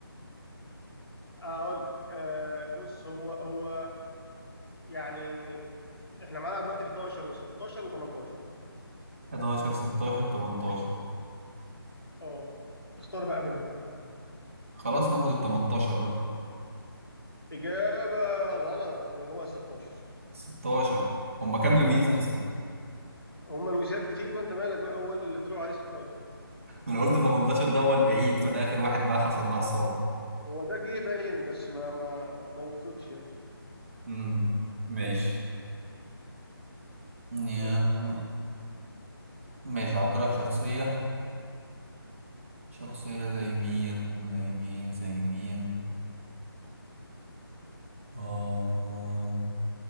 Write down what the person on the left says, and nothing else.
اقول لك آه بص هو هو يعني احنا معانا دلوقتي 11 و16 و18
ماشي اه اختار بقى منهم بقى.
اجابه غلط هو ال 16
اه
هما الوسات كتير بقى انت مالك بقى هو اللي طلعوا عليه 16
هو ده جه باين بس ما ما ما وفقش يعني
اسال